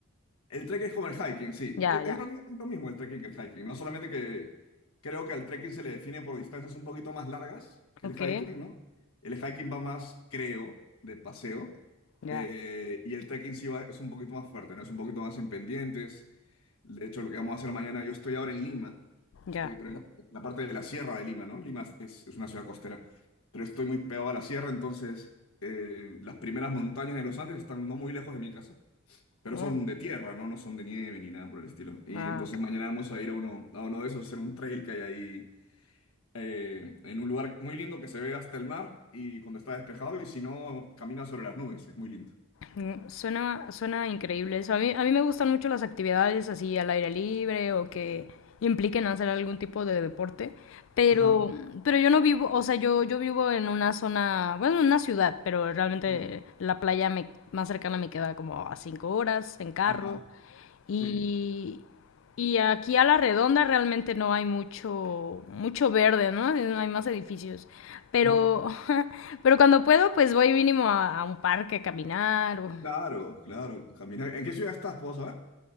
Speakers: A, on the left; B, on the left.
A: El trekking es como el hiking, sí.
B: Ya,
A: Es,
B: ya.
A: es lo mi- es lo mismo el trekking que el hiking. No solamente que creo que al trekking se le define por distancias un poquito más largas que
B: Ok.
A: el hiking, ¿no? El hiking va más, creo, de paseo.
B: Ya,
A: eh, y el trekking sí va, es un poquito más fuerte, ¿no? Es un poquito más en pendientes. De hecho, lo que vamos a hacer mañana, yo estoy ahora en Lima. Estoy
B: ya.
A: pero en la, la parte de la sierra de Lima, ¿no? Lima es, es una ciudad costera. Pero estoy muy pegado a la sierra, entonces eh, las primeras montañas de los Andes están no muy lejos de mi casa. Pero
B: Mm.
A: son de tierra, ¿no? No son de nieve ni nada por el estilo. Y
B: Ah,
A: entonces
B: ok.
A: mañana vamos a ir a uno, a uno de esos, hacer un trail que hay ahí, eh, en un lugar muy lindo que se ve hasta el mar y cuando está despejado y si no, camina sobre las nubes, es muy lindo.
B: Mm, Suena, suena increíble eso. A mí, a mí me gustan mucho las actividades así al aire libre o que impliquen hacer algún tipo de deporte, pero,
A: Ajá,
B: pero yo no vivo, o sea, yo, yo vivo en una zona, bueno, en una ciudad, pero realmente
A: sí,
B: la playa me- más cercana me queda como a cinco horas en carro.
A: ajá,
B: Y,
A: sí.
B: y aquí a la redonda realmente no hay mucho, mucho verde, ¿no? No Hay más edificios. Pero,
A: Mu-
B: <laughs> pero cuando puedo, pues voy mínimo a, a un parque a caminar. o-
A: claro, claro, caminar. ¿En qué ciudad estás? ¿Puedo saber?